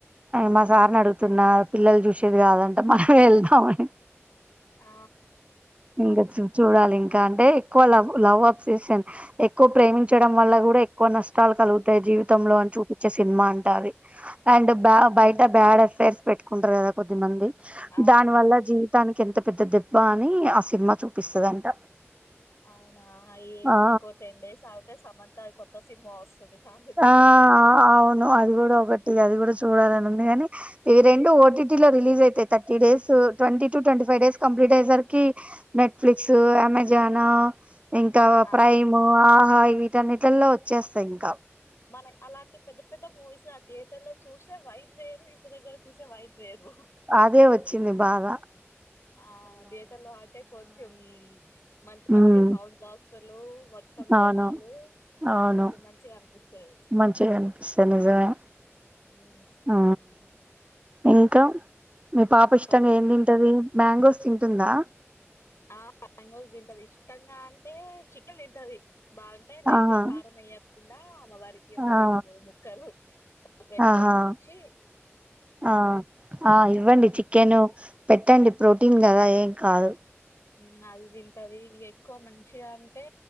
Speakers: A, on the right; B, on the left.
A: మా సార్ని అడుగుతున్నా పిల్లలు చూసేది కాదంటే మనమే ఎళ్దామని
B: ఆ
A: ఇంకా చూడాలి ఇంక అంటే ఎక్కువ లవ్ లవ్ అప్సేషన్ ఎక్కువ ప్రేమించడం వల్ల గూడ ఎక్కువ నష్టాలు కలుగుతయి జీవితంలో అని చూపిచ్చేసి సినిమా అంట అది అండ్ బ్య బయట బ్యాడ్ అఫైర్స్ పెట్టుకుంటరు గదా కొద్దిమంది
B: అవును
A: దాని వల్ల
B: అవును
A: జీవితానికి ఎంత పెద్ద దెబ్బ అని ఆ సినిమా చూపిస్తదంట
B: అవునా అ ఏముంది
A: ఆ
B: ఇంకో టెన్ డేస్ ఆగుతే సమంత కొత్త సినిమా వస్తుంది ఫ్యామిలీ తోటి
A: ఆ
B: వెళ్ళొచ్చు
A: అవును అది గూడ ఒకటి అది కూడ చూడాలనుంది గని ఇవి రెండు ఓ టీ లో రిలీజ్ అయితయి, thirty days twenty to twenty five days complete అయే సరికి నెట్ఫ్లిక్స్, అమెజాన్ ఇంకా
B: ఆ
A: ప్రైమ్, ఆహా వీటన్నిట్లల్లో వచ్చేస్తయి ఇంకా
B: మనక్ అలాంటి పెద్ద పెద్ద మూవీస్ ఆ థియేటర్ లో చూసే వైబ్ వేరు ఇంటి దగ్గర చూసే వైబ్ వేరు
A: అదే వోచ్చింది బాద
B: ఆ థియేటర్లో అంటే కొంచెం మంచి మంచిగ
A: ఉమ్
B: సౌండ్ బాక్సులు మొత్ తం జనాలు
A: అవును అవును
B: కొంచెం మంచిగనిపిస్తది
A: మంచిగా అనిపిస్తది నిజమే
B: ఉమ్
A: ఆ ఇంక మీ పాప ఇష్టంగ
B: పడుకుని
A: ఏం తింటది మ్యాంగోస్ తింటుందా
B: ఆ మ్యాంగోస్ తింటది ఇష్టంగా అంటే చికెన్ తింటది బాగ అంటె లైట్
A: ఆహా
B: గ కారం ఎయ్యోద్ కుండా అమ్మవారికి ఒక
A: ఆ
B: రెండు మూడు ముక్కలు బయట
A: ఆహా
B: గౌడికిచ్చి
A: ఆ ఆ ఇవ్వండి
B: ఉమ్,
A: చికెను పెట్టండి ప్రోటీన్ గదా ఏం కాదు
B: ఉమ్ అది తింటది ఇగ ఎక్కువ మంచిగ అంటే